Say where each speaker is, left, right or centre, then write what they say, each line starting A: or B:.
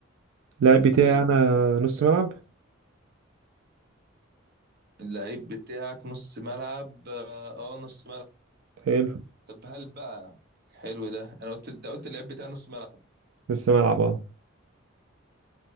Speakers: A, on the right; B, on the right.
A: اللاعب بتاعي
B: حلو
A: انا نص ملعب
B: اللعيب بتاعك نص ملعب اه آه، نص ملعب
A: حلو
B: طب هل بقى حلو ده انا قلت انت قلت اللعيب بتاعي نص ملعب
A: نص ملعب اه